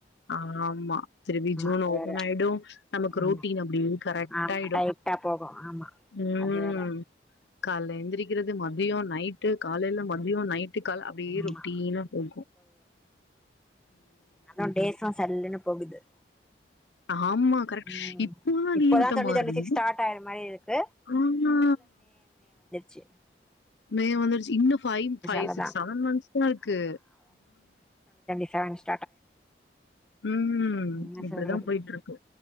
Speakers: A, on the left (about 80°); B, in the centre.
A: ஆமா திருப்பி ஜூன்
B: அது
A: ஓபன்
B: வேற
A: ஆயிடு நமக்கு
B: ஆமா
A: ரூட்டீன் அப்பிடின்னு கரெக்ட்
B: ஆமா
A: ஆயிடு
B: டைட்டா போகு ஆமா
A: ம்
B: அது வேற
A: காலைல எந்திரிக்கிறது மதியம் நைட்டு காலையில மதியம் நைட் கால அப்படியே
B: ஆமா
A: ரொட்டினா போகும்
B: அது தான் டேஸ்லாம் சல்லுன்னு போகுது
A: ஆமா கரெக்ட்
B: ம்
A: இப்போ தான்
B: இப்பதா
A: லீவ் விட்டமாதிரி
B: டுவெண்ட்டி டுவெண்ட்டி
A: இருந்தது
B: சிக்ஸ் ஸ்டார்ட் ஆயிற மாரி இருக்கு
A: ஆனா
B: சேர்
A: மே வந்துருச்சு இன்னும் பைவ் பைவ்
B: அவ்ளதா
A: சிக்ஸ் செவன் மந்த்ஸ் தான் இருக்கு.
B: தேங்க்ஸ்.
A: உம்
B: என்ன
A: இப்படிதான்
B: சொல்றது
A: போய்ட்டு இருக்கு